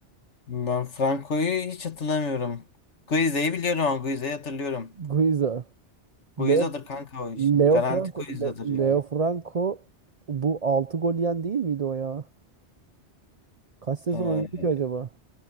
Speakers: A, on the left; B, on the right.
A: Ben Franco'yu hiç hatırlamıyorum. Guize'yi biliyorum ama Guize'yi hatırlıyorum.
B: Guiza. Leo
A: Guiza'dır kanka o işin.
B: Leo
A: Garanti
B: Franco,
A: Guiza'dır
B: Le-
A: ya.
B: Leo Franco bu 6 gol yiyen değil miydi o ya? Kaç sezon
A: He,
B: oynadı ki acaba?